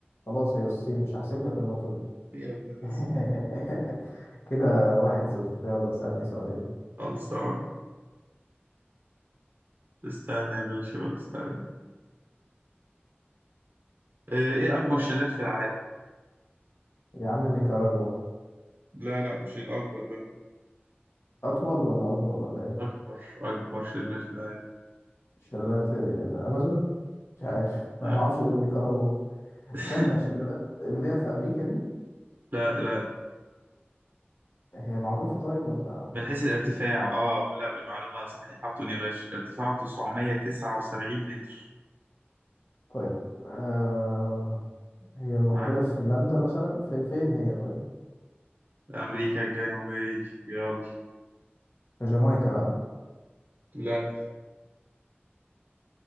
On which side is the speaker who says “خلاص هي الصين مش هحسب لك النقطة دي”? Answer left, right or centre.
Left